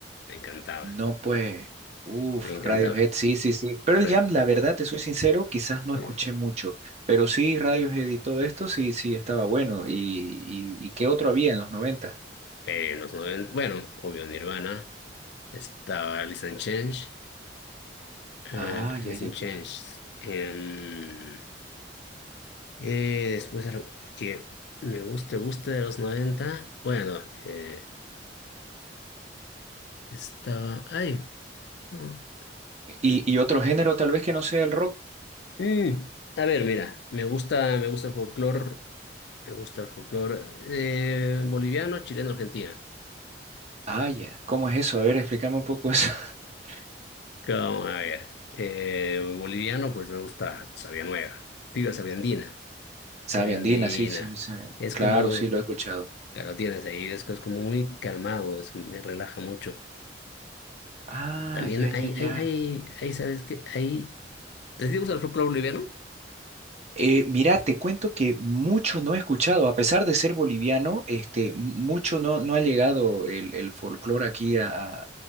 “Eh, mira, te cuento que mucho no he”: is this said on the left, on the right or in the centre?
Right